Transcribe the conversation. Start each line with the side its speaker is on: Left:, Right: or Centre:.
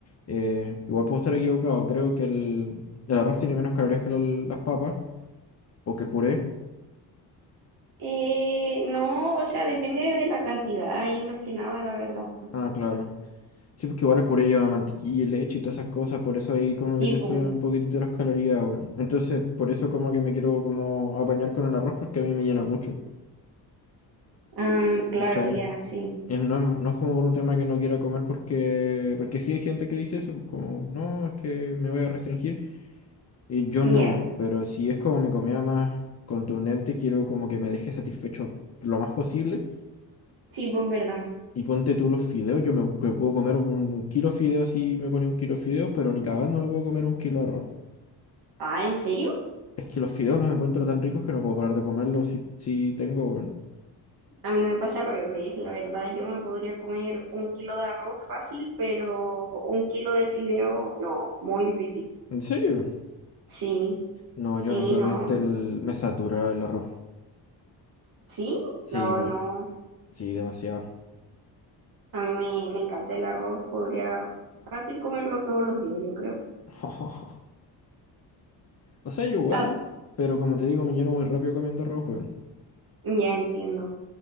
Left: eh, igual puedo estar equivocado, creo que el, el arroz tiene menos calorías que la- las papas, o que el puré.
Right: Eh, no, o sea, depende de la cantidad ahí más que nada, la verdad.
Left: Ah, claro. Sí, pues que igual el puré lleva mantequilla y leche y todas esas cosas, por eso ahí como
Right: Sí,
Left: que te
Right: pues,
Left: suben un poquitito las calorías, weón. Entonces, por eso como que me quiero como apañar con el arroz porque a mí me llena mucho,
Right: ah, claro,
Left: ¿cachai?
Right: ya, sí,
Left: Em, No, es- no es como por un tema que no quiera comer porque, porque sí hay gente que dice eso, pues como, no, es que me voy a restringir. Y yo
Right: ya,
Left: no, pero si es como mi comida más contundente, quiero como que me deje satisfecho lo más posible.
Right: sí, pues, verdad.
Left: Y ponte tú los fideos, yo me, me puedo comer un, un kilo de fideos si me pone un kilo de fideos, pero ni cagando me puedo comer un kilo de arroz.
Right: Ah, ¿en serio?
Left: Es que los fideos los encuentro tan ricos que no puedo parar de comerlos si, si tengo, weón.
Right: A mí me pasa al revés, la verdad, yo me podría comer un kilo de arroz fácil, pero un kilo de fideo, no, muy difícil.
Left: ¿En serio?
Right: Sí,
Left: No,
Right: sí,
Left: yo eventualmente
Right: no,
Left: el- me satura el arroz.
Right: sí,
Left: Sí,
Right: no,
Left: mu-
Right: no,
Left: sí, demasiado.
Right: a mí me, me encanta el arroz, podría fácil comerlo todos los días, yo creo.
Left: <laughs> O sea, yo igual,
Right: Ah,
Left: pero como te digo, me lleno muy rápido cambiando rojo, weón.
Right: ya entiendo.